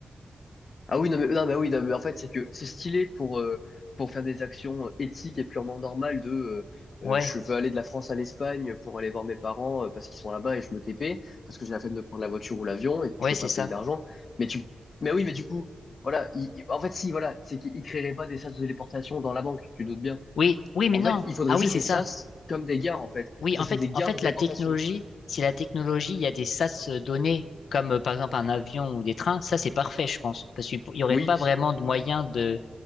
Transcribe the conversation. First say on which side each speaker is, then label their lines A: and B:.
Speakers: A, on the left (about 60°); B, on the left (about 85°).
A: Ah oui, non, mais, non, mais oui, non, mais en fait, c'est que c'est stylé pour, euh, pour faire des actions euh, éthiques et purement normales de euh,
B: Ouais,
A: euh, je veux aller de la France à l'Espagne pour aller voir mes parents euh, parce qu'ils sont là-bas et je me TP, parce que j'ai la flemme de prendre la voiture ou l'avion et que
B: ouais,
A: je
B: c'est
A: veux pas
B: ça.
A: payer d'argent. Mais tu, mais oui, mais du coup, voilà, il- il- en fait, si, voilà, c'est qu'ils créeraient pas des sas de téléportation dans la banque, tu doutes bien.
B: Oui, oui, mais
A: En
B: non.
A: fait, il faudrait
B: Ah
A: juste
B: oui, c'est
A: des
B: ça.
A: sas comme des gares, en fait.
B: Oui,
A: Ce
B: en
A: serait
B: fait,
A: des gares
B: en fait,
A: de téléportation.
B: la technologie, si la technologie, il y a des sas donnés, comme euh, par exemple un avion ou des trains, ça c'est parfait, je pense, parce qu'il n'y aurait
A: Oui,
B: pas vraiment de moyen de,